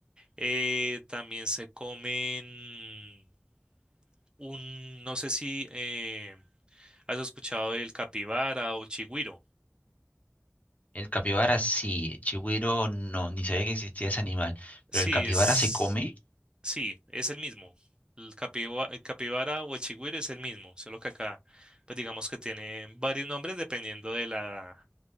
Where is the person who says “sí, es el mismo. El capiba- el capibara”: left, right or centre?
Right